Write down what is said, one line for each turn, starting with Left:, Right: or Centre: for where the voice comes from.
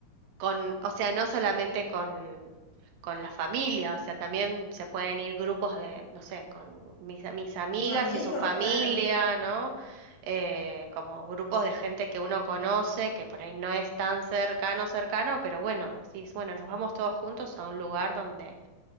Right: con, o sea, no solamente con, con la familia, o sea, también se pueden ir grupos de, no sé, con mis, mis amigas
Left: Con Amigos,
Right: y su familia,
Left: claro.
Right: ¿no? Eh, como grupos de gente que uno conoce, que por ahí no es tan cercano, cercano, pero bueno, decís, bueno, nos vamos todos juntos a un lugar donde